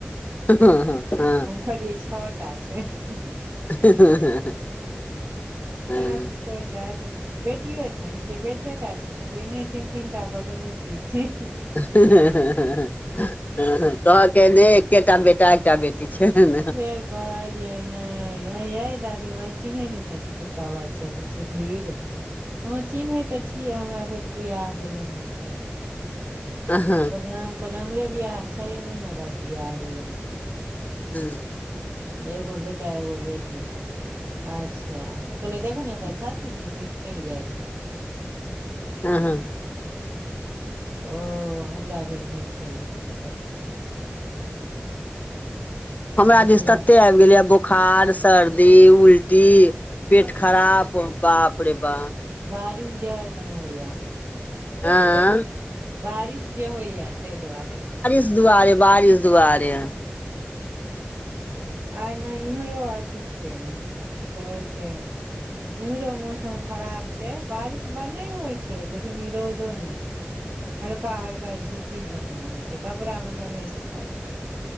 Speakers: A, on the left; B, on the right.
A: हँ- हँ -हँ
B: खरी छ टा छैन।
A: <inaudible> हँ
B: पलक कि करै छैत बेटियो छैन कि बेटे टा छैन पहिले तीन - तीन टा के दुनू चीज छैन।
A: कहल खैन जे एकेटा बेटा एकटा बेटी छैन।
B: बर क <inaudible> ये नै एंय ये दादी मां इ चिन्है नहि छथिन छोटका भाय छथिन सुधीर हँ चिन्है तऽ छियै, हमरा भेल बिआह भेलनि ह कि नहि।
A: छै
B: हुनकर <inaudible> कह हमरे बीयाहक छ यै महिना बाद बीयाह भेलै।
A: हूं।
B: ह एगो बेटा एगो बेटी छै। अच्छा, ओ कह ल देखने तऽ छथिन ई बिसरि जाइ छथिन
A: हँ - हँ
B: ओ हमरा भेल नहि भेल हथिन तऽ
A: हमरा
B: भसिया
A: दिस तते आ भऽ गेलियै बोखार सर्दी उल्टी पेट खराब बापरे बा
B: <inaudible> <inaudible>
A: एंय
B: बारिश जे होइया ताहि दुआरे
A: दुआारे बारिश दवारेय
B: ह <unintelligible> आइ ने इम्हरो अथी छै, की कहै छै। इम्हरो मौसम खराब छै, बारिश ब नहि होइ छै लेकिन ई रौदो नहि छै हल्का- हल्का झिस्सी जेना होइ छै, कपड़ा मतलब नहि सुखााय छै।